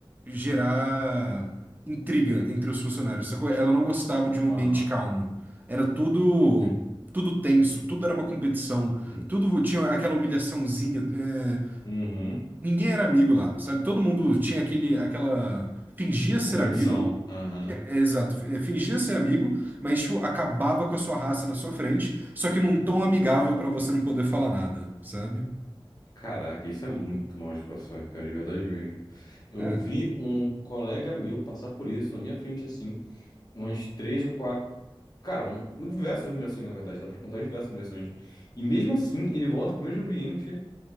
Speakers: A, on the right; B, on the left.
A: gerar intriga entre os funcionários, sacou? Ela não gostava de um
B: Aham.
A: ambiente calmo. Era tudo,
B: <laughs>
A: tudo tenso, tudo era uma competição,
B: Hum.
A: tudo tinha aquela humilhaçãozinha. é,
B: Uhum.
A: Ninguém era amigo lá, sabe? Todo mundo tinha aquele, aquela. Fingia ser
B: Competição.
A: amigo.
B: Aham.
A: É, é, exato, é, fingia ser amigo, mas tipo, acabava com a sua raça na sua frente, só que num tom amigável pra você não poder falar nada, sabe?
B: Caraca, isso é muito mal de passar, cara, de verdade mesmo. Eu
A: É,
B: vi um colega meu passar por isso na minha frente, assim, umas três ou quatro. Cara, um, diversas humilhações, na verdade, dá pra contar diversas humilhações. E mesmo assim, ele volta pro mesmo ambiente